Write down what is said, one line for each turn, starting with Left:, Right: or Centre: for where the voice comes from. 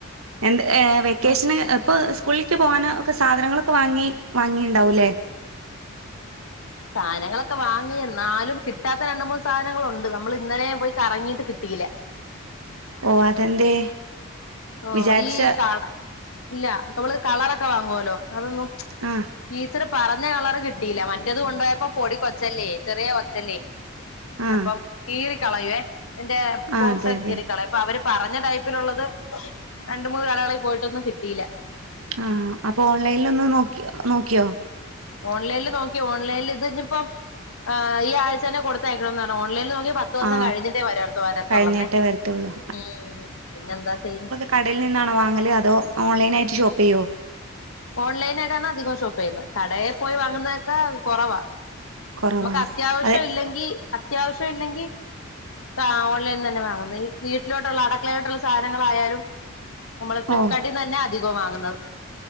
Right: എന്ത് ഏ വെക്കേഷന് എപ്പ സ്കൂളിലേക്ക് പോകാന് ഒക്കെ സാധനങ്ങളൊക്കെ വാങ്ങി വാങ്ങിണ്ടാവൂല്ലേ
Left: സാനങ്ങളൊക്കെ വാങ്ങിഎന്നാലും കിട്ടാത്ത രണ്ട് മൂന്ന് സാധനങ്ങളുണ്ട് നമ്മളിന്നലേ പോയി കറങ്ങീട്ട് കിട്ടീല
Right: ഓ അതെന്തേ?
Left: ഓ
Right: വിചാരിച്ച
Left: ഈ കള ല്ല പ മ്മള് കളറൊക്കെ വാങ്ങോലോ അതൊന്നും
Right: ആ
Left: ഈ ച്ചിരി പറഞ്ഞ കളറ് കിട്ടീല മറ്റത് കൊണ്ടോയപ്പൊ പൊടി കൊച്ചല്ലേ ചെറിയ കൊച്ചല്ലേ
Right: ആ
Left: അപ്പം കീറി കളയുവേ എന്റെ
Right: ആ
Left: ബോക്സൊ
Right: അതെ അതെ
Left: കീറി കളയ പ്പവര് പറഞ്ഞ ടൈപ്പിലുള്ളത് രണ്ടു മൂന്ന് കളകളിൽ പോയിട്ടൊന്നും കിട്ടീല
Right: ആഹ് അപോൺലൈൻ ലൊന്ന് നോക്യോ നോക്യോ
Left: ഓൺലൈല് നോക്കി ഓൺലൈല് ത് ഞ്ഞിപ്പം ഏ ഈ ആഴ്ച തന്നെ കൊടുത്തയക്കണം ന്നർഞ്ഞ് ഓൺലൈ <unintelligible> ത്തോ സം
Right: ആ
Left: കഴിഞ്ഞിട്ടേ വരാത്ത വരാത്തുള്ളെന്നേ
Right: കഴിഞ്ഞിട്ടേ വരത്തുള്ളൂ
Left: ഊം പിന്നെന്താ ചെയ്യ്‌ന്ന്
Right: കടേൽ നിന്നാണോ വാങ്ങല് അതോ ഓൺലൈനായിട്ട് ഷോപ്പെയ്യോ?
Left: ഓൺലൈനായിട്ടാണധികം ഷോപ്പെയ്യുന്നത്. കടേ പോയി വാങ്ങുന്നതൊക്കെ കൊറവാ.
Right: കുറവാ
Left: നമുക്കത്യാവശ്യല്ലെങ്കി
Right: അതെ
Left: അത്യാവശ്യല്ലെങ്കി ക്ക അ ഓൺലൈൻ ന്നെ ന്ന വാങ്ങുന്ന ഈ വീട്ടിലോട്ടുള്ള അടക്കളയോട്ടുള്ള സാനങ്ങളായാലും മ്മള് ഫ്ലിപ്കാർട്ടിന്നെന്നാധികൊം
Right: ഓ
Left: വാങ്ങുന്നത്